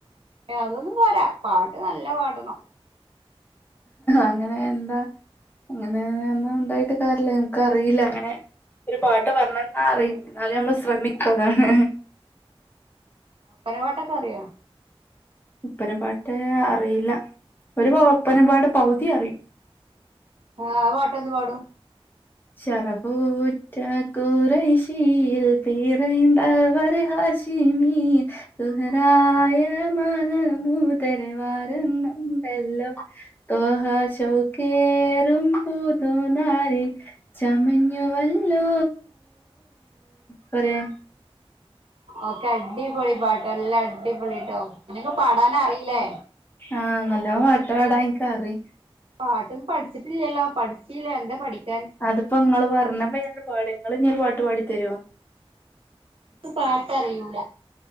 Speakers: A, on the right (about 65°); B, on the left (about 20°).
A: ഏഹ് അതൊന്നും പോരാ പാട്ട് നല്ല പാടണം
B: അങ്ങനെ എന്താ അങ്ങനെന്നാ ഉണ്ടായിട്ട് കാരില്ല എനക്ക് അറിയില്ല അങ്ങനെ ഒരു പാട്ട് പറഞ്ഞണം എന്ന അറും എന്നാലും നമ്മള് ശ്രമിക്കതാണ്
A: പ്പനവാട്ടൊക്കെറിയോ
B: ഉപ്പനപാട്ട അറിയില്ല ഒരു ഉപ്പനമ്പാട് പൗതി അറും
A: ആഹ് പാട്ട എന്ത് പാടും
B: ശറഫുറ്റ കുറശീയിൽ പിറയ്ന്തവർ ഹാഷിം ചമീ സുഹറായ മഹ്മൂതര് വരുന്നുണ്ടല്ലോ തഹ ശൗകറം പുൂതു നരി ചമഞ്ഞുവല്ലോ പോരെ
A: ഓക്കെ അടിപൊളി പാട്ടോ എല്ലാ അടിപൊളിട്ടോ എനക്ക്പാടാന അറില്ലേ
B: ആഹ് നല്ലോം പാട്ട് പാട ൻ കറി
A: പാട്ടൊന്നും പഠിച്ചിട്ടില്ലല്ലോ പഠിച്ചിില്ല എന്താ പഠിക്ക
B: അതിപ്പോ നിങ്ങള് പറഞ്ഞപ്പ ഞ പാടങ്ങ ഇങ്ങരു പാട്ട് പാടിത്തരുവാ
A: ൻക്ക് പാട്ട അറിയൂല